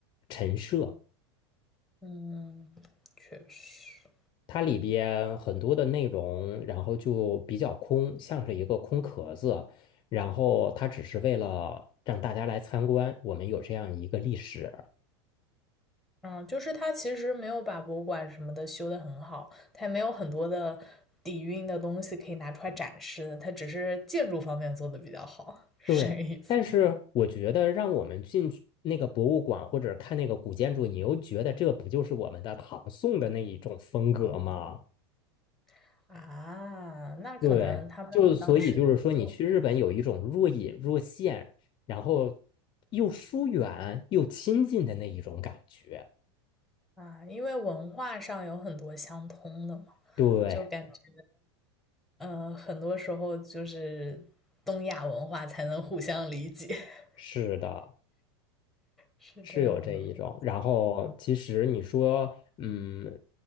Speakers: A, on the left; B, in the centre.
A: 陈设，
B: 嗯，确实，
A: 它里边很多的内容，然后就比较空，像是一个空壳子，然后它只是为了让大家来参观，我们有这样一个历史。
B: 嗯，就是他其实没有把博物馆什么的修得很好，他也没有很多的底蕴的东西可以拿出来展示的，它只是建筑方面做得比较好，是这个意思。
A: 对，但是我觉得让我们进去那个博物馆或者看那个古建筑，你又觉得这不就是我们的唐宋的那一种风格吗？
B: <laughs> 啊，那可能他们当时就
A: 对，就所以就是说，你去日本有一种若隐若现，然后又疏远又亲近的那一种感觉。
B: 啊，因为文化上有很多相通的嘛，
A: 对，
B: 就感觉，呃，很多时候就是东亚文化才能互相理解，<laughs>
A: 是的。
B: 是这样的吗？
A: 是有这一种，然后其实你说，嗯，